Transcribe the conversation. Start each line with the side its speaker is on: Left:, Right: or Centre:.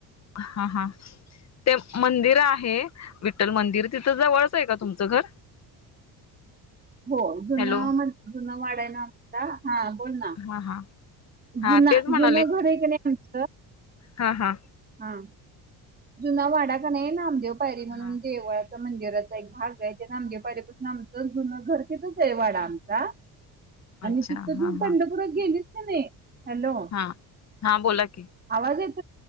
Left: हा हा ते मंदिर आहे विठ्ठल मंदिर तिथं जवळच आहे का तुमचं घर
Right: हो जुना
Left: हॅलो
Right: म्हण जुनना वाढाय ना ह हां बोल ना
Left: हा हा हा
Right: जुना
Left: तेच म्हणाले
Right: जुन घर आहे कनी का
Left: हा हा.
Right: हा. जुना वाडा कनी हे नामदेव पायरी म्हणून
Left: हा
Right: देवळ मंदिराचा एक भाग आहे ते नामदेव पायरीपासून आमचं जुन घर तिथेच आहे वाडा का आणि
Left: अच्छा
Right: तिथं
Left: हा
Right: तू
Left: हा
Right: पंढरपुरात गेलीस नाही. हॅलो
Left: हा हा बोला की
Right: आवाज येतो